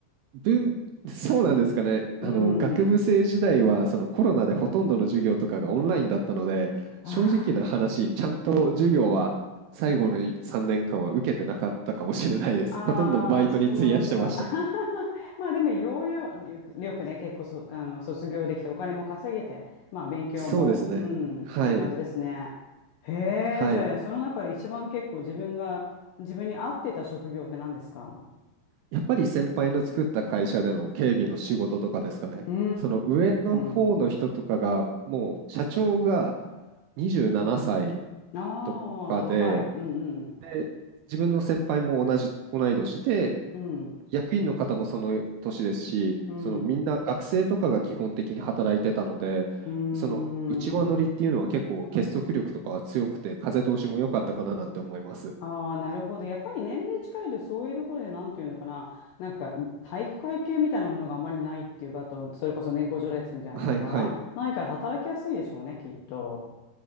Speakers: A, on the right; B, on the left.
A: 文、そうなんですかね。
B: うん。
A: あの、学部生時代は、そのコロナでほとんどの授業とかがオンラインだったので、
B: ああ。
A: 正直な話、ちゃんと授業は最後の3年間は受けてなかったかもしれないです。
B: ああ、
A: <laughs> ほとんどバイトに費やしてました。
B: そうなんだ。<laughs> まあでも、ようよう、よくよくね、結構そ、あの、卒業できて、お金も稼げて、まあ勉強も、
A: そうですね。
B: うん、
A: はい。
B: っていう感じですね。へ
A: はい。
B: え、じゃあ、その中で一番結構自分が、自分に合ってた職業って何ですか
A: やっぱり先輩の作った会社での警備の仕事とかですかね。
B: うー
A: その上の方の人とかが、
B: ん。
A: もう社長が27歳
B: あ
A: とかで、
B: あ、若い。うんうん。
A: で自分の先輩も同じ、同い年で、
B: うん。
A: 役員の方もその年ですし、
B: うん。
A: そのみんな学生とかが基本的に働いてたので、
B: うーん。
A: その内輪乗りっていうのは結構結束力とかは強くて、風通しも良かったかななんて思います。
B: ああ、なるほど。やっぱり年齢近いと、そういうところで、なんていうのかな、なんか体育会系みたいなものがあまりないっていうか、あと、それこそ年功序列みたいなのがないから働きやすいでしょうね、
A: はいはい。
B: きっと。